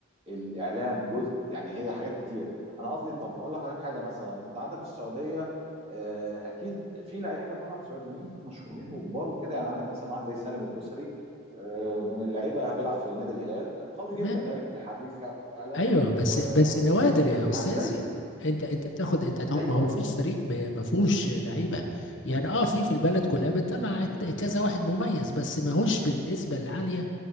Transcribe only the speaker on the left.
تمام
ايوه بس
بس
نوادر
يا
استاذي
انت انت بتاخد انت هتاخد-
ما هو فيش فريق ب- ما فيهوش لعيبه يعني اه في في البلد كلها بتطلع ات- كذا واحد مميز بس ما هوش بالنسبه العاليه